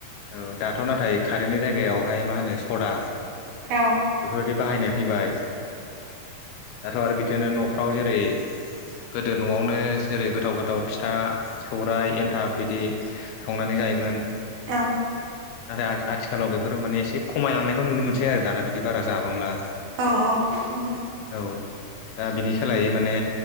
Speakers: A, on the left (about 80°); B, on the right (about 60°).
A: औ दाथ' नाथाय खारैनि जायगायावहाय मा होनो सदा
B: औ
A: बेफोरबायदि बाहायनाय फैबाय। दाथ आरो बिदिनो न'फ्राव जेरै गोदो न'आवनो जेरै गोथाव गोथाव फिथा सौराइ एन्थाब बिदि संनानै जायो- मोन।
B: औ
A: नाथाय आथिखालाव बेफोरो माने एसे खमायलांनायखौ नुनो मोनसै आरो दाना बिदि बारा जाबांला।
B: औ औ नंगौ
A: औ दा बिनि सोलायै माने